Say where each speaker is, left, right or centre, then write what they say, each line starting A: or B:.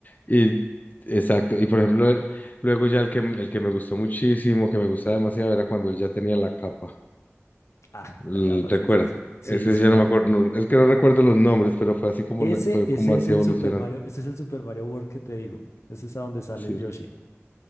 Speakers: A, on the left; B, on the left.
A: Y, exacto, y por ejemplo, luego ya el que, el que me gustó muchísimo, que me gustaba demasiado, era cuando él ya tenía la capa.
B: Ah,
A: L-
B: la capa,
A: ¿Recuerda?
B: sí, sí, sí. Sí,
A: Es que
B: sí,
A: ya
B: claro.
A: no me acuerdo, no- es que no recuerdo los nombres, pero fue así como,
B: Ese,
A: la- fue
B: ese
A: como así
B: es el
A: evolucionando.
B: Super Mario, ese es el Super Mario World que te digo. Ese es a donde sale
A: Sí,
B: el Yoshi,